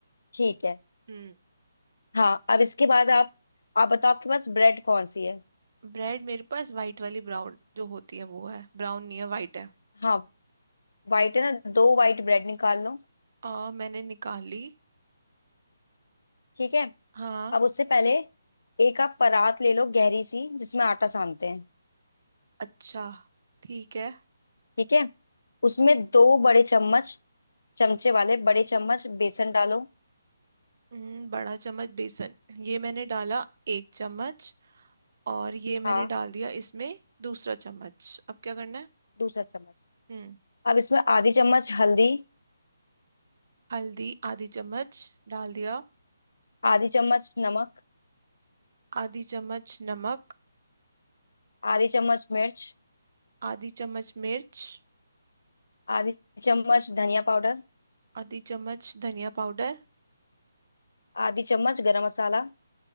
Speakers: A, on the left; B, on the right.
A: ठीक है
B: हम्म
A: हाँ अब इसके बाद आप आप बताओ आपके पास ब्रेड कौन सी है
B: ब्रेड मेरे पास वाइट वाली ब्राउन जो होती है वो है ब्राउन नहीं है वाइट है
A: हाँ वाइट है ना दो वाइट ब्रेड निकाल लो
B: आ, मैंने निकाली
A: ठीक है
B: हाँ
A: अब उससे पहले एक आप परात ले लो गहरी सी जिसमें आटा सानते हैं
B: अच्छा ठीक है
A: ठीक है उसमें दो बड़े चम्मच चमचे वाले बड़े चम्मच बेसन डालो
B: हम्म, बड़ा चम्मच बेसन ये मैंने डाला एक चम्मच और ये
A: हाँ
B: मैंने डाल दिया इसमें दूसरा चम्मच अब क्या करना है
A: दूसरा चम्मच
B: हम्म,
A: अब इसमें आधी चम्मच हल्दी
B: हल्दी आधी चम्मच डाल दिया
A: आधी चम्मच नमक
B: आधी चम्मच नमक
A: आधी चम्मच मिर्च
B: आधी चम्मच मिर्च
A: आधी चम्मच धनिया पाउडर
B: आधी चम्मच धनिया पाउडर
A: आधी चम्मच गरम मसाला